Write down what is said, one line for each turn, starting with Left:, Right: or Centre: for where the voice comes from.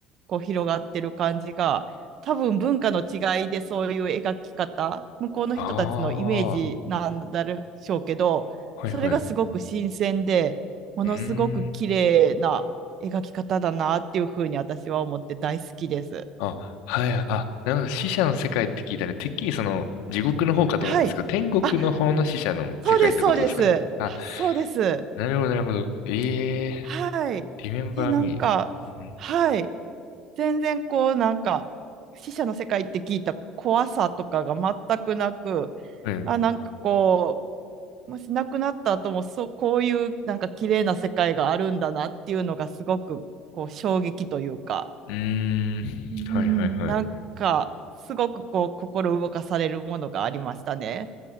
Right: こう広がってる感じが多分文化の違いでそういう描き方向こうの人たちのイメージなんだでしょうけどそれがすごく新鮮でものすごく綺麗な描き方だなっていうふうに私は思って大好きです。
Left: ああー。はいはい。うーん。あ、はい、あ、なるほど、死者の世界って聞いたね。てっきりその、地獄の方かと思ったんですけど、
Right: はい。
Left: 天国の方の死者の世界ってことですかね。
Right: あ、そうです、そうです。
Left: あ、
Right: あそうです。
Left: なるほど、なるほど。ええ
Right: はい。
Left: ー、
Right: で、
Left: Remember
Right: なんか、
Left: Me。うん。
Right: はい。全然こう、なんか、死者の世界って聞いた怖さとかが全くなく、
Left: うん。
Right: あ、なんかこう、もし亡くなった後も、そう、こういうなんか綺麗な世界があるんだなっていうのがすごくこう衝撃というか、
Left: うーんはい、
Right: うん、
Left: はい、はい。
Right: なんか、すごくこう、心動かされるものがありましたね。